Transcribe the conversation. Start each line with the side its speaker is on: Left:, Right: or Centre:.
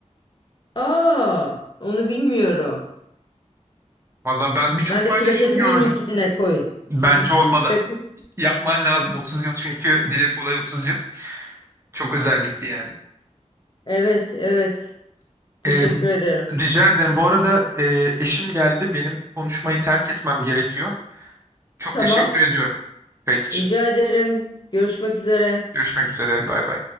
Left: Aa, onu bilmiyorum.
Right: Valla ben birçok
Left: Ben
Right: paylaşım
Left: de plaketimi
Right: gördüm.
Left: LinkedIn'e koyun.
Right: Bence olmalı.
Left: Plaket-
Right: Yapman lazım 30 yıl çünkü dile kolay 30 yıl. Çok özellikli yani.
Left: Evet, evet. Teşekkür
Right: Ee,
Left: ederim.
Right: rica ederim. Bu arada e, eşim geldi. Benim konuşmayı terk etmem gerekiyor. Çok
Left: Tamam.
Right: teşekkür ediyorum kayıt için.
Left: Rica ederim. Görüşmek üzere.
Right: Görüşmek üzere. Bay bay.